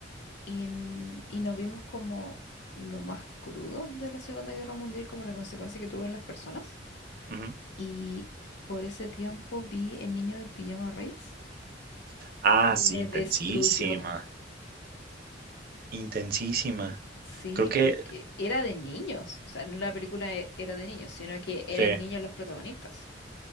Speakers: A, on the left; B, on the right.
A: y, n- y nos vimos como lo más crudo de la Segunda Guerra Mundial como la consecuencia que tuvo en las personas
B: ujú.
A: y por ese tiempo vi El niño del pijama rayas
B: Ah,
A: y
B: sí,
A: me
B: intensísima.
A: destruyó.
B: Intensísima.
A: Sí,
B: Creo que
A: porque era de niños, o sea, no la película e- era de niños, sino que eran
B: sí,
A: niños los protagonistas